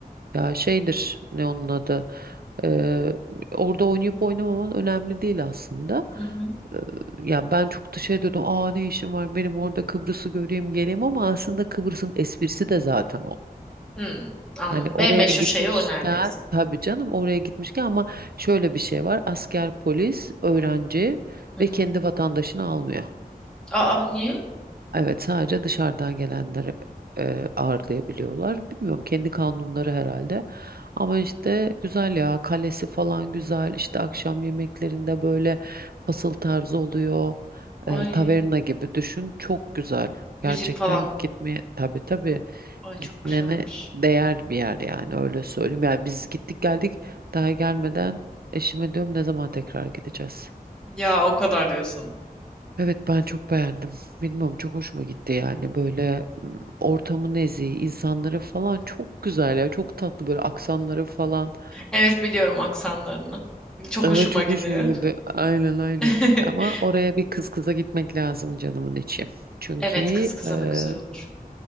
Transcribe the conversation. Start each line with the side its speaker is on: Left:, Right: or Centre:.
Right: Ya şeydir ne onun adı. Ee, orada oynayıp oynamaman önemli değil aslında.
Centre: hı hı.
Right: Ee, ya ben çok da şey diyordum. Aa ne işim var benim orada Kıbrıs'ı göreyim geleyim ama aslında Kıbrıs'ın esprisi de zaten o.
Centre: Hmm, anladım.
Right: Hani oraya
Centre: En meşhur
Right: gitmişken
Centre: şey o neredeyse.
Right: tabii canım oraya gitmişken ama şöyle bir şey var. Asker, polis, öğrenci
Centre: Hı
Right: ve
Centre: hı.
Right: kendi vatandaşını almıyor.
Centre: Aa niye?
Right: Evet sadece dışarıdan gelenleri e, ağırlayabiliyorlar. Bilmiyorum kendi kanunları herhalde. Ama işte güzel ya kalesi falan güzel. İşte akşam yemeklerinde böyle fasıl tarzı oluyor.
Centre: Ay
Right: E, taverna gibi düşün. Çok güzel. Gerçekten
Centre: müzik falan.
Right: gitmeye tabii tabii
Centre: Ay çok
Right: Gitmene
Centre: güzelmiş.
Right: değer bir yer yani öyle söyleyeyim. Yani biz gittik geldik daha gelmeden eşime diyorum ne zaman tekrar gideceğiz.
Centre: Ya o kadar diyorsun.
Right: Evet ben çok beğendim. Bilmiyorum çok hoşuma gitti yani böyle m, ortamı nezih, insanları falan çok güzel ya çok tatlı böyle aksanları falan.
Centre: Evet biliyorum aksanlarını. Çok
Right: Evet
Centre: hoşuma
Right: çok
Centre: gidiyor.
Right: hoşuma gitti. Aynen aynen.
Centre: <laughs>
Right: Ama oraya bir kız kıza gitmek lazım canımın içi. Çünkü
Centre: Evet kız kıza
Right: e,
Centre: da güzel olur.